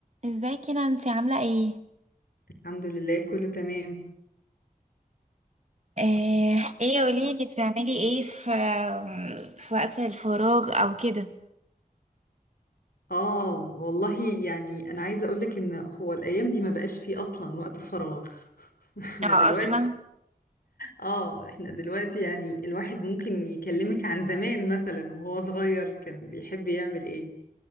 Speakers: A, on the right (about 45°); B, on the left (about 75°).
A: ازيك يا نانسي عاملة ايه؟
B: الحمد لله كله تمام
A: آه، ايه قوليلي بتعملي ايه في في وقت الفراغ او كده
B: اه والله يعني انا عايزه اقولك ان هو الايام دي ما بقاش فيه اصلا وقت فراغ <laughs> احنا
A: او
B: دلوقتي
A: اصلا
B: اه احنا دلوقتي يعني الواحد ممكن يكلمك عن زمان مثلا وهو صغير كان بيحب يعمل ايه